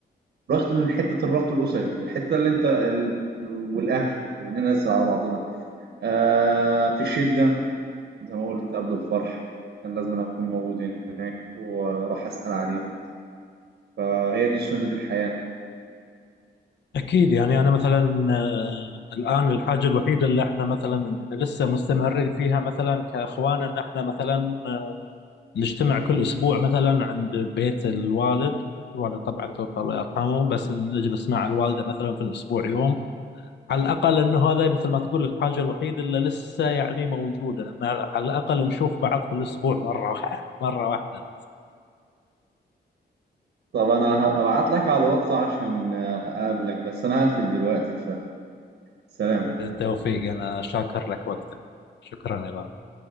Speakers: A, on the right (about 80°); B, on the left (about 85°).
A: رحت من حته الربط الاسري والحته اللي انت ال- والاهل واننا نسأل على بعضنا آه في الشدة زي ما قلت قبل الفرح كان لازم أنا أكون موجود هناك وأروح أسأل عليهم فهي دي سنة الحياة
B: أكيد يعني أنا مثلا آه، الآن الحاجة الوحيدة اللي احنا مثلا احنا لسه مستمرين فيها مثلا كأخوان إن احنا مثلا آه، نجتمع كل أسبوع مثلا عند بيت الوالد الوالد طبعا توفى الله يرحمه بس نجلس مع الوالدة مثلا في الأسبوع يوم على الأقل أنه هذا مثل ما تقول الحاجة الوحيدة اللي لسه يعني موجودة أن على الأقل نشوف بعض في الأسبوع مرة واحدة مرة واحدة
A: طب أنا هبعت لك على الواتس عشان آه، أقابلك بس أنا هقفل دلوقتي فسلام
B: بالتوفيق أنا شاكر لك وقتك شكرا يا غالي